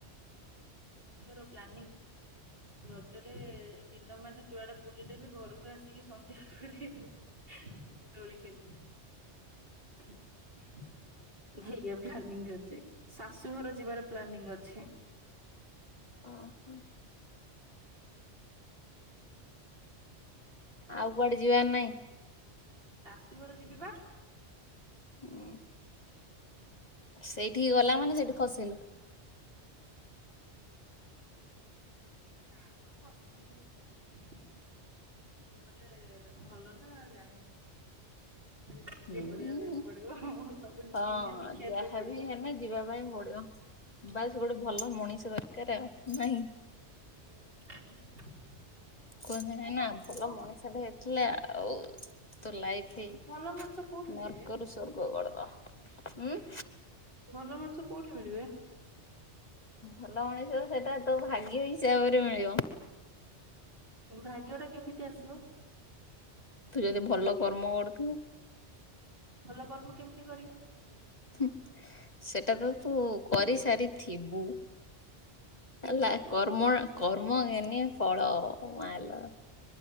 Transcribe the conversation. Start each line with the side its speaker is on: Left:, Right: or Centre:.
Right: ରଜର ପ୍ଲାନିଂ ରଜରେ ଦିନ ମାନେ ଯୁଆଡ଼େ ବୁ ବୁଲିଲେବି ଘରକୁ ଆସିକି ସନ୍ଧ୍ୟା ପରେ ଦୋଳି ଖେଳୁ। ଏଇୟା ପ୍ଲାନିଂ ଅଛି। ଶାଶୁ ଘର ଯିବାର ପ୍ଲାନିଂ ଅଛି।
Left: ଓହୋ। ଆଉ କୁଆଡ଼େ ଯିବାର ନାହିଁ?
Right: ଶାଶୁ ଘର ଯିବିବା।
Left: ହୁଁ ସେଇଠିକି ଗଲା ମାନେ ସେଇଠି ଖସିଲୁ।
Right: ନା ଫସିବିନି। ଶାଶୁ ଘରେ ଭଲନା ଜାଣିନୁ? ହେଟି ନିଜେ
Left: ହୁଁ
Right: କରିବା ପାଇଁ ପଡ଼ିବ ହଁ ହଁ ସବୁ ନିଜେ
Left: ହଁ
Right: ନିଜେ ଶିଖିବା
Left: ଯାହାବି
Right: ପାଇଁ ପଡ଼ିବ।
Left: ହେଲେ ଯିବା ପାଇଁ ପଡିବ। ବାସ୍ ଗୋଟେ ଭଲ ମଣିଷ ଦରକାର୍ ଆଉ ନାହିଁ?
Right: ହୁଁ।
Left: କୁହନ୍ତିନିନା ଭଲ ମଣିଷଟେ ହେ ଥିଲା ଆଉତୋ ଲାଇଫି ନର୍କରୁ
Right: ଭଲ ମଣିଷ କୋଉଠି ମିଳିବେ?
Left: ସ୍ୱର୍ଗ <unintelligible> ଉଁ।
Right: ଭଲ ମଣିଷ କୋଉଠି ମିଳିବେ?
Left: ଭଲ ମଣିଷ ସେଟାତୋ ଭାଗ୍ୟ ହିସାବରେ ମିଳିବ।
Right: ଭାଗ୍ୟଟା କେମିତି ଆସିବ?
Left: ତୁଯେଦି ଭଲ କର୍ମ କରୁଥିବୁ।
Right: ଭଲ କର୍ମ କେମିତି କରିବି?
Left: ହୁଁ ସେଟାତ ତୁ କରିସାରିଥିବୁ।
Right: କେମିତି
Left: ହେଲା କର୍ମଣ କର୍ମ ଘେନି ଫଳ ମାଲୋ।